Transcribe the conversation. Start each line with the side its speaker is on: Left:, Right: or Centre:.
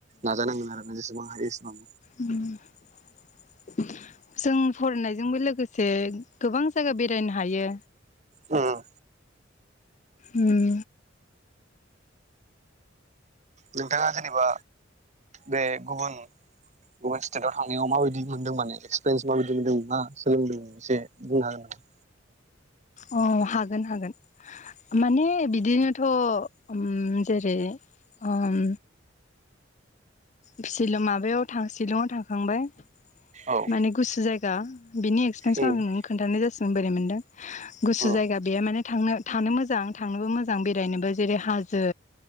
Right: नाजानांगोन आरोना जेसेबां हायो एसेबां।
Left: उम। जों फरायनायजोंबो लोगोसे गोबां जायगा बेरायनो हायो।
Right: उम।
Left: उम।
Right: नोंथाङा जेनेबा बे गुबुन गुबुन स्टेटव थांनायाव माबायदि मोनदों माने एक्सपिरियेन्स माबायदि मोनदों मा सोलोंदों एसे बुंनो हागोन नामा?
Left: अ हागोन हागोन। माने बिदिनोथ' उम जेरै ओ उम फिसिल माबायाव थां सिलंआव थांखांबाय
Right: औ
Left: माने गुसु जायगा गा बेनि एक्सपिरियेन्सखौ
Right: उम
Left: आं नोंनो खोनथानाय जासिगोन बोरै मोनदों। गुसु
Right: औ
Left: जायगा बे माने थांनो थानो मोजां थांनोबो मोजां बेरायनोबो जेरै हाजो